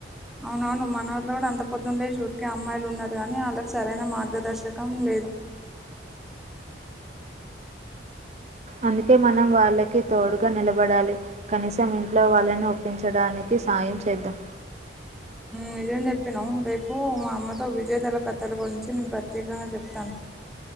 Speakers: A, in the centre; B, on the right (about 35°).
A: అవునవును మన వోళ్ళు కూడా అంత పొద్దు లేసి ఊర్కే అమ్మాయిలు ఉన్నారు గానీ ఆళ్ళకి సరైన మార్గదర్శకం లే లేదు
B: అందుకే మనం వాళ్ళకి తోడుగ నిలబడాలి కనీసం ఇంట్లో వాళ్ళని ఒప్పించడానికి సాయం యం చేద్దాం
A: నిజం చెప్పినాం రేపు మా అమ్మతో విజేతల కథల గురించి నేను ప్రత్యేకంగా చెప్తాను